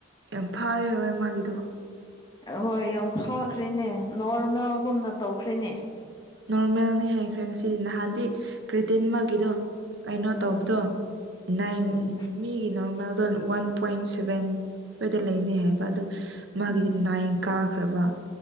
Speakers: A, on the right; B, on the left.
A: ꯌꯥꯝ ꯐꯥꯔꯦ ꯍꯣꯏ ꯃꯥꯒꯤꯗꯨ
B: ꯍꯣꯏ ꯌꯥꯝ ꯐꯈ꯭ꯔꯦꯅꯦ ꯅꯣꯔꯃꯦꯜꯒꯨꯝꯅ ꯇꯧꯈ꯭ꯔꯦꯅꯦ
A: ꯅꯣꯔꯃꯦꯜꯅꯤ ꯍꯥꯏꯈ꯭ꯔꯦ ꯉꯁꯤꯗꯤ ꯅꯍꯥꯟꯗꯤ ꯀ꯭ꯔꯤꯇꯤꯟꯃꯒꯤꯗꯣ ꯀꯩꯅꯣ
B: ꯎꯝ
A: ꯇꯧꯕꯗꯣ ꯅꯪ
B: ꯎꯝ
A: ꯃꯤꯒꯤ ꯅꯣꯔꯃꯦꯜꯗꯣ ꯋꯥꯟ ꯄꯣꯏꯟ ꯁꯚꯦꯟ ꯁꯣꯏꯗ ꯂꯩꯅꯩ ꯍꯥꯏꯕ ꯑꯗꯨ ꯃꯥꯒꯤꯗꯤ
B: ꯎꯝ
A: ꯅꯥꯏꯟ ꯀꯥ ꯈ꯭ꯔꯕ